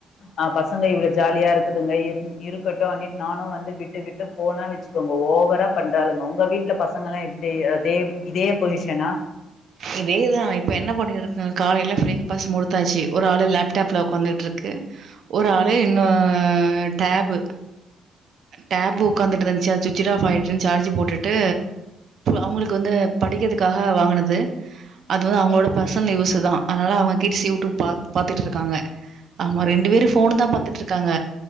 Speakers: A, on the left (about 65°); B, on the right (about 60°).
A: ஆ பசங்க இவ்ளோ ஜாலியா இருக்குதுங்க இரு இருக்கட்டு அது மேரி நானு வந்து விட்டு விட்டு போனா வச்சுக்கோங்க ஓ ஓவரா பண்றாளுங்க உங்க வீட்டுல பசங்கலா எப்டி அதே இதே பொசிஷனா
B: இதேதா இப்போ என்ன பண்ணிருக்கனு காலையில ப்ரேக்ஃபாஸ்ட் முடுத்தாச்சு ஒரு ஆளு லேப்டாப்பில உக்காந்துட்டுருக்கு ஒரு ஆளு இன்னு டேபு டேப் உக்காந்துட்ருந்துச்சு அது சுவிட்ச்சிடு ஆப் ஆயிடுச்சினு சார்ஜ் போட்டுட்டு அவங்களுக்கு வந்து படிக்கிறதுக்காக வாங்குன து அது வந்து அவங்களோட பர்சனல் யூஸ்சு தா அதனால அவங்க கிட்ஸ் யூட்டூப் பாத் பாத்துட்ருக்காங்க ஆமா ரெண்டு பேரு போனு தா பாத்துட்ருக்காங்க